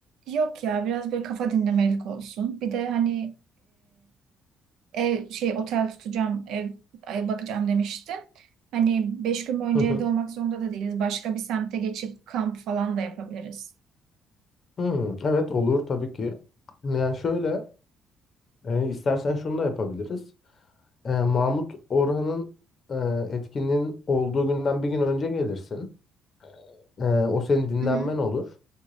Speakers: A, on the right; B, on the left.
A: Yok ya biraz böyle kafa dinlemelik olsun. Bir de hani ev şey otel tutacağım, ev ay- bakacağım demişti. Hani beş gün boyunca
B: Hı hı.
A: evde olmak zorunda da değiliz. Başka bir semte geçip kamp falan da yapabiliriz.
B: Hı, evet olur tabii ki. Yani şöyle, e, istersen şunu da yapabiliriz. Ee, Mahmut Orhan'ın e, etkinliğin olduğu günden bir gün önce gelirsin. Ee, o senin dinlenmen
A: Hı hı.
B: olur.